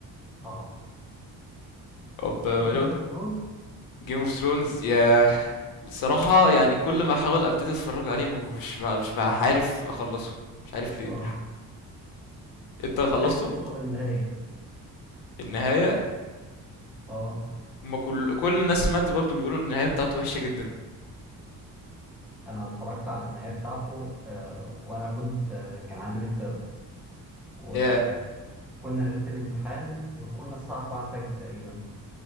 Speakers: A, in the centre; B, on the left (about 75°).
A: اه
B: طب
A: شفت جيم اوف ثرونز؟
B: جيم اوف ثرونز يا الصراحه يعني كل ما احاول ابتدي اتفرج عليه مش بع- مش بقى عارف اخلصه مش عارف ليه
A: اه
B: انت خلصته
A: خليك توصل للنهايه
B: النهايه
A: اه
B: ما كل كل الناس سمعت برضو بيقولوا ان النهايه بتاعته وحشه جدا
A: انا اتفرجت على النهايه بتاعته آه، وانا كنت آه، كان عندي ميد ترم وكنا
B: ياه
A: ليله الامتحان وكنا الساعه 4 الفجر تقريبا